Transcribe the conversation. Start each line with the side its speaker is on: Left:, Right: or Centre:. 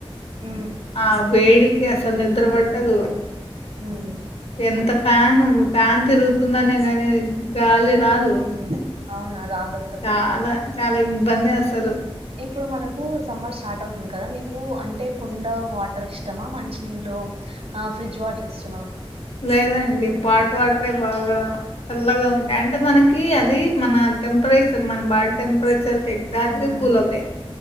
Right: ఉమ్
Left: ఆ వేడికి అసలు నిద్ర పట్టదు
Right: ఉమ్
Left: ఎంత ఫ్యాను ఫ్యాన్ తిరుగుతుందనే కానీ గాలి రాదు
Right: ఉమ్ అవునా రాదు అసలు
Left: చాలా చాలా ఇబ్బంది అసలు
Right: ఇప్పుడు మనకు సమ్మర్ స్టార్ట్ అవుతుంది కదా మీకు అంటే కుండ వాటర్ ఇష్టమా మంచినీళ్ళు ఆ ఫ్రిడ్జ్ వాటర్ ఇష్టమా
Left: లేదండి పాట్ వాటరే బాగా చల్లగా ఉంటాయి అంటే మనకి అది మన టెంపర రేచర్ మన బాడి టెంపరేచర్ ఎగ్జాక్ట్
Right: హ్మ్
Left: గా కూల్ అవుతాయి